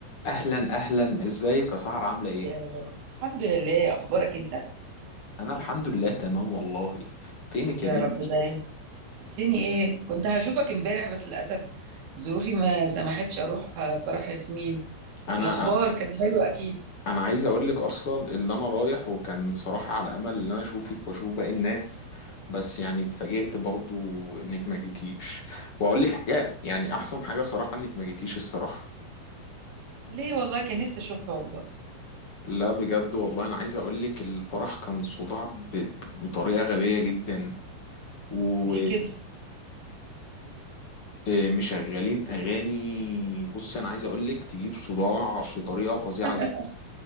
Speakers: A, on the left; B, on the right.
A: اهلا اهلا ازيك يا سهر عامله ايه
B: يا لا. الحمد لله اخبارك انت
A: انا الحمد لله تمام والله فينك
B: يا
A: يا بنتي
B: رب دايم فين ايه كنت هشوفك امبارح بس للاسف ظروفي ما سمحتش اروح آه، فرح ياسمين
A: انا
B: الاخبار كان حلو اكيد
A: انا عايز اقول لك اصلا اللي انا رايح وكان صراحه على امل ان انا اشوفك واشوف باقي الناس بس يعني اتفاجئت برضو انك ما جيتيش واقول لك حاجه يعني احسن حاجه صراحه انك ما جيتيش الصراحه
B: ليه والله كان نفسي اشوفها والله
A: لا بجد والله انا عايز اقول لك الفرح كان صداع ب- بطريقه غبيه جدا و
B: ليه كده
A: آه، مشغلين اغاني بص انا عايز اقول لك تجيب صداع بطريقه فظيعه
B: <laughs>
A: جدا